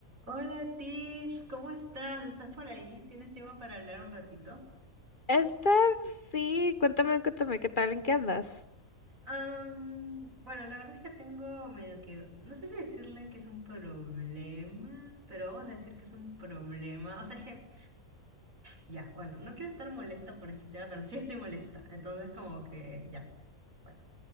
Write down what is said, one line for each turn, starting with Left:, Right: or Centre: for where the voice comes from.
Right: Hola Tiff, ¿cómo estás? ¿Estás por ahí? ¿Tienes tiempo para hablar un ratito?
Left: este sí, cuéntame, cuéntame, ¿qué tal? ¿En qué andas?
Right: Am, bueno, la verdad es que tengo medio que, no sé si decirle que es un problema, pero vamos a decir que es un problema. O sea, es que, ya, bueno, no quiero estar molesta por este tema, pero sí estoy molesta. Entonces, como que, ya. Bueno.